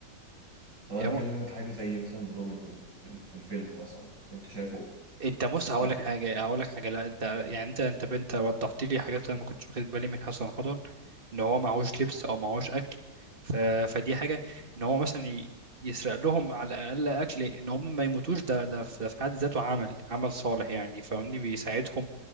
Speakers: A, on the right (about 75°); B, on the right (about 30°).
A: طب انا
B: هي
A: بكلمك
B: م...
A: حاجه زي مثلا روبن هود في ال- في الفيلم مثلا انت شايفه
B: انت بص هقول
A: طيب،
B: لك حاجه هقول لك حاجه لا انت يعني انت انت بنت وضحت لي حاجات انا ما كنتش واخد بالي منها صراحه ان هو معهوش لبس او معهوش اكل ف... فدي حاجه ان هو مثلا ي... يسرق لهم على الاقل اكل ان هم ما يموتوش ده ده في ده في حد ذاته عمل عمل صالح يعني فاهمني بيساعدهم